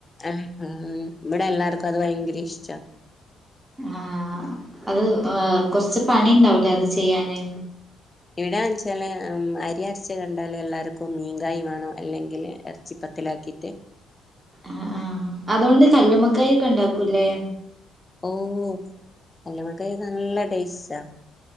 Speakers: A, on the left (about 25°); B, on the right (about 20°).
A: ആഹ് ആഹ്. ഇവടെ എല്ലാർക്കും അത് ഭയങ്കര ഇഷ്ടാ.
B: ആഹ് അത് ഓഹ് കൊറച്ച് പണിയുണ്ടാവൂലേ അത് ചെയ്യാന്.
A: എവിടെന്ന് വെച്ചാൽ അരി അരച്ച ഇവിടാൺച്ചാല് അരിയരച്ചു കണ്ടാലെല്ലാര്ക്കും മീങ്കായ് വേണം. അല്ലെങ്കില് എർച്ചിപ്പത്തിലാക്കിട്ട്
B: ആഹ് ആഹ് അതുകൊണ്ട് കല്ലുമക്കായൊക്കെണ്ടാക്കൂല്ലേ
A: ഓഹ് കല്ലുമ്മക്കായ് നല്ല ടേസ്റ്റാ